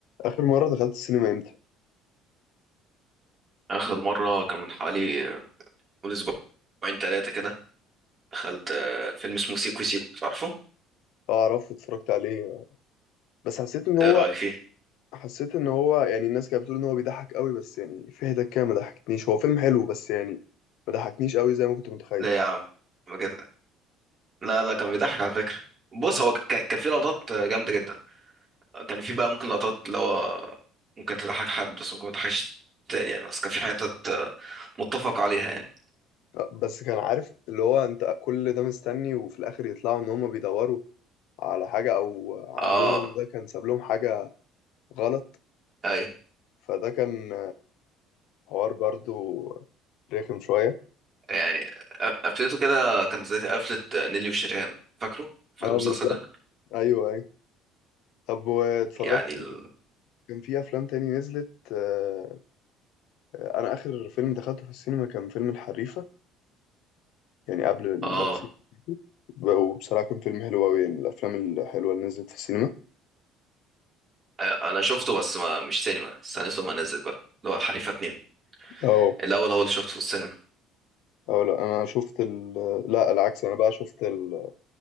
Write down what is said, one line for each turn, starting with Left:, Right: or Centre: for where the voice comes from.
Left: اخر مره دخلت السينما امتى
Right: آخر مرة كان من حوالي من أسبوعين تلاتة كده دخلت آه، فيلم اسمه سيكو سيكو تعرفه؟
Left: اعرف اتفرجت عليه بس حسيت ان هو
Right: إيه رأيك فيه؟
Left: حسيت ان هو يعني الناس كانت بتقول ان هو بيضحك قوي بس يعني في حتت كده ما ضحكتنيش هو فيلم حلو بس يعني ما ضحكنيش قوي زي ما كنت متخيل
Right: لا يا عم كده لا لا كان بيضحك على فكرة بص
Left: حت-
Right: هو ك- كان فيه لقطات آه، جامدة جدا كان فيه بقى ممكن لقطات اللي هو ممكن تضحك حد بس ممكن ما تضحكش تاني يعني بس كان في حتت آه، متفق عليها يعني
Left: بس كان عارف اللي هو انت كل ده مستني وفي الاخر يطلعوا ان هم بيدوروا على حاجه او عمهم
Right: اه
Left: ده كان ساب لهم حاجه غلط
Right: ايوه
Left: فده كان حوار برضو رخم شويه
Right: يعني أ- قفلته كده كانت زي قفلة نيلي وشريهان فاكره؟ فاكر
Left: اه
Right: المسلسل
Left: بالظبط
Right: ده؟
Left: ايوه ايوه طب واتفرجت
Right: يعني ال...
Left: كان في افلام تاني نزلت آه، انا اخر فيلم دخلته في السينما كان فيلم الحريفه يعني قبل
Right: اه
Left: السيكو سيكو وبصراحه كان فيلم حلو قوي يعني من الافلام الحلوه اللي نزلت في السينما
Right: آه، انا شفته بس ما مش سينما استنيته ما نزل بقى اللي هو حريفه اتنين
Left: اه
Right: الاول هو اللي شفته في السينما
Left: اه لا انا شفت ال... لا العكس انا بقى شفت ال...